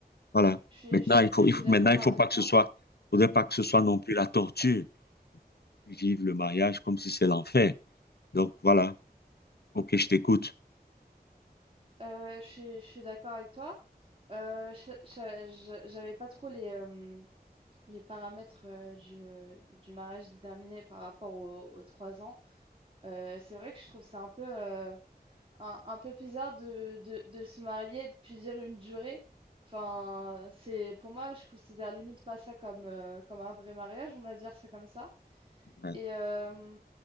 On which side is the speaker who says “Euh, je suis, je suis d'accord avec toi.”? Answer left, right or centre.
Right